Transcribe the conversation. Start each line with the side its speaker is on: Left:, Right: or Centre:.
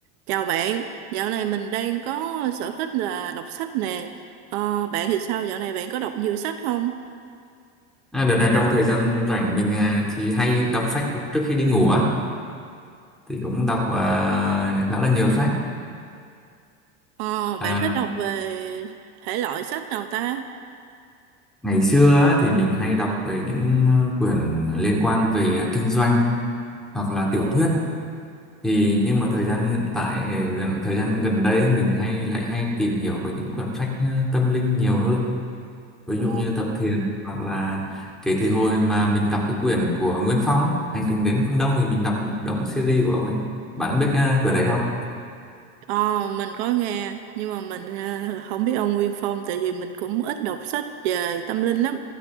Right: Chào bạn, dạo này mình đang có sở thích là đọc sách nè. Ờ, bạn thì sao? Dạo này bạn có đọc nhiều sách không?
Centre: À, đợt này trong thời gian rảnh mình à, thì hay đọc sách trước khi đi ngủ á thì cũng đọc à, khá là nhiều sách
Right: Ờ,
Centre: à,
Right: bạn thích đọc về thể loại sách nào ta?
Centre: ngày xưa á, thì mình hay đọc về những à, quyển liên quan về kinh doanh hoặc là tiểu
Right: Ồ,
Centre: thuyết thì nhưng mà thời gian hiện tại gần- thời gian gần đây ấy, mình hay lại hay tìm hiểu về những quyển sách à, tâm linh nhiều hơn ví
Right: ồ,
Centre: dụ như Tập Thiền hoặc là kể từ hồi mà mình đọc cái quyển của Nguyên Phong ấy Hành trình đến phương Đông thì mình đọc động series của ông ấy bạn có biết à, quyển đấy không?
Right: ờ, mình có nghe, nhưng mà mình ờ, không biết ông Nguyên Phong tại vì mình cũng ít đọc sách về tâm linh lắm.